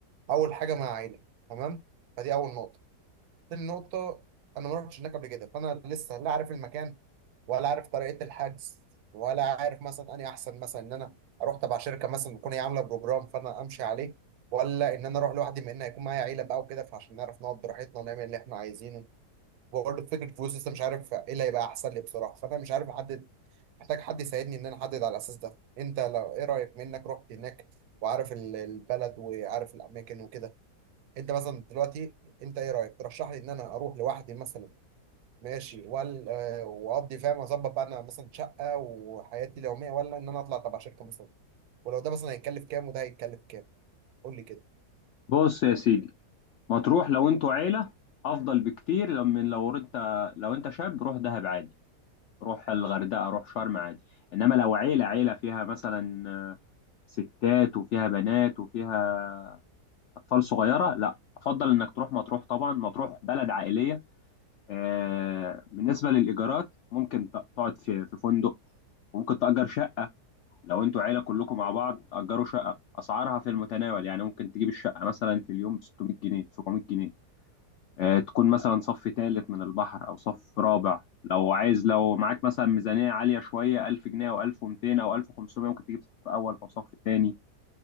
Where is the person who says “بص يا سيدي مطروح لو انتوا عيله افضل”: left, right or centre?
Left